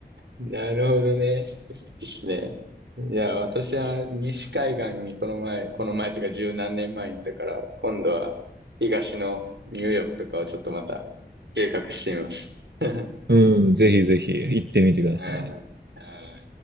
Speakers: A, on the right; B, on the right.
A: なるほどね。ですね。いや、私は西海岸にこの前、この前っていうか十何年前に行ったから、今度は東のニューヨークとかをちょっとまた計画してみます。<laughs> う
B: うん、ぜひぜひ行ってみてください。
A: んうん